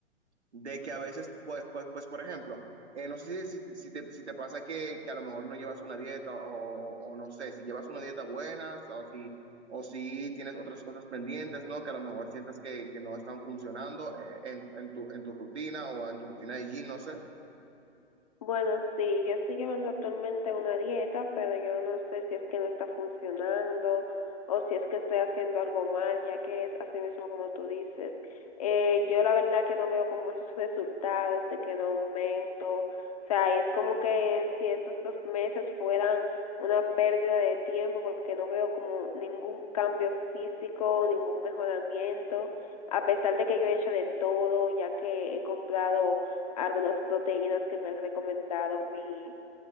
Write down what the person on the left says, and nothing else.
Bueno, sí, yo estoy llevando actualmente una dieta, pero yo no sé si es que no está funcionando o si es que estoy haciendo algo mal, ya que es así mismo como tú dices. Eh, yo la verdad que no veo como esos resultados de que no aumento. O sea, es como que si estos dos meses fueran una pérdida de tiempo porque no veo como ningún cambio físico, ningún mejoramiento, a pesar de que yo he hecho de todo, ya que he comprado algunas proteínas que me ha recomendado mi,